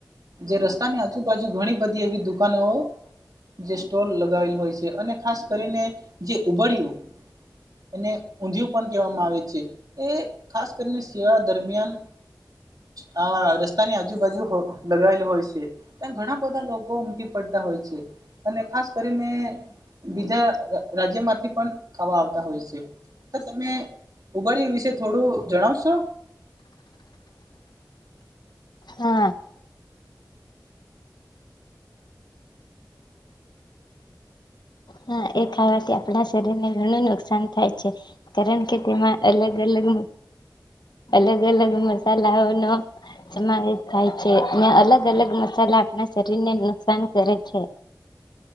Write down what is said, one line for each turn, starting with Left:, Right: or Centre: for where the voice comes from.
Right: જે રસ્તાની આજુબાજુ ઘણી બધી એવી દુકાનો જે સ્ટોલ લગાવેલ હોય છે અને ખાસ કરીને જે ઉબડયુ એને ઊંધિયું પણ કહેવામાં આવે છે. એ ખાસ કરીને શિયાળા દરમિયાન હા રસ્તાની આજુબાજુ હો લગાવેલુ હોય છે. ત્યાં ઘણા બધા લોકો ઉમટી પડતા હોય છે અને ખાસ કરીને બીજા રા રાજ્યમાંથી પણ ખાવા આવતા હોય છે તો તમે ઉબાડયુ વિશે થોડું જણાવશો.
Left: હા હા એ ખાવાથી આપણા શરીર ને ઘણું નુકસાન થાય છે. કારણ કે તેમા અલગ અલગ અલગ અલગ મસાલાઓનો સમાવેશ થાય છે અને અલગ અલગ મસાલા આપણા શરીર ને નુકસાન કરે છે.